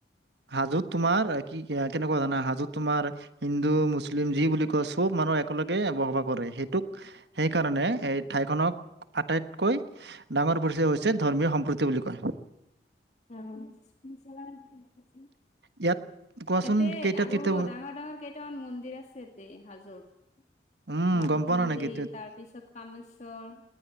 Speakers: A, on the right (about 70°); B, on the left (about 40°).
A: হাজোত তোমাৰ কি কি কেনেকুৱা জানা হাজোত তোমাৰ, হিন্দু মুছলিম যি বুলি কয় চব মানুহ। একেলগে এ এবসভাকৰে সেইটোক, সেইকাৰণে। এই ঠাইখনক আটাইতকৈ ডাঙৰ পৰিচয় হৈছে ধৰ্মীয় সম্প্ৰীতি বুলি কয়।
B: অ কো
A: ইয়াত কোৱাচোন
B: এতে
A: কেইটা
B: আৰু
A: তীৰ্থ
B: ডাঙৰ ডাঙৰ কেইটামান মন্দিৰ আছে এতে হাজোত।
A: উম
B: মাধৱ
A: গম পোৱা
B: মন্দিৰ
A: ন নেকি তীৰ্থ-
B: তাৰপিছত কামেশ্বৰ।